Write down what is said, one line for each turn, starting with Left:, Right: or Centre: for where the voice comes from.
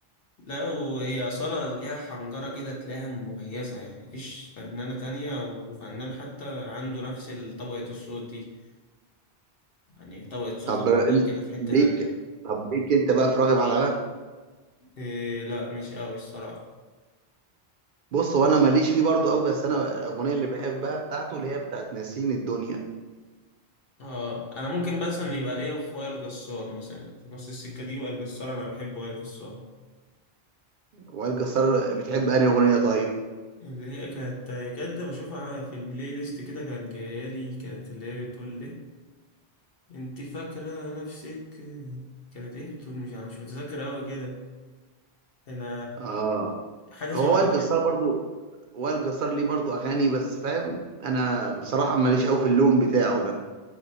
Left: لا وهي أصالة ليها حنجرة كده تلاقيها مميزة يعني مفيش فنانة تانية أو فنان حتى عنده نفس طبقة الصوت دي يعني طبقة صوت
Right: طب
Left: لوحدها كده في حتة
Right: ليك
Left: تانية
Right: طب ليك انت بقى في راغب على
Left: إيه لا مش قوي الصراحة
Right: بص هو انا ماليش فيه برضو قوي بس انا الاغنيه اللي بحبها بتاعته اللي هي بتاعت ناسين الدنيا
Left: اه انا ممكن مثلا يبقى ليا في وائل جسار مثلا في نص السكة دي وائل جسار انا بحب وائل جسار
Right: وائل جسار بتحب انهي اغنيه طيب
Left: اللي هي كانت كانت بشوفها في البلاي ليست كده كانت جايالي كانت اللي هي بتقول لي انت فاكرة نفسك كانت ايه بتقول مش انا مش متذكر اوي كده انا
Right: اه
Left: حاجة
Right: هو
Left: شبه
Right: وائل جسار
Left: كده
Right: برضو وائل جسار ليه برضو اغاني بس فاهم انا بصراحه ماليش قوي في اللون بتاعه ده